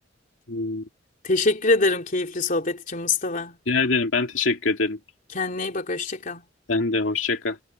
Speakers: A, on the left; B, on the left.
A: Hmm,
B: Teşekkür ederim keyifli sohbet için Mustafa.
A: Rica ederim. Ben teşekkür ederim.
B: Kendine iyi bak, hoşça kal.
A: Sen de hoşça kal.